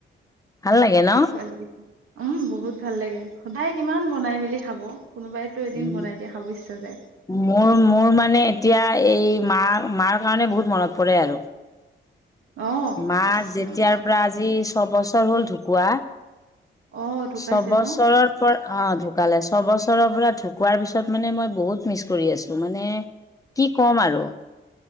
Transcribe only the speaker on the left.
ভাল লাগে ন
উ
মোৰ- মোৰ মানে এতিয়া এই মা- মাৰ কাৰণে বহুত মনত পৰে আৰু।
মাৰ
যেতিয়াৰ প্ৰায় আজি ছবছৰ হ'ল ঢকুৱা।
ছবছৰত
অ, ঢুকালে, ছবছৰৰ পৰা ঢুকোৱাৰ পিছত মানে মই বহুত মিছ কৰি আছোঁ। মানে কি ক'ম আৰু।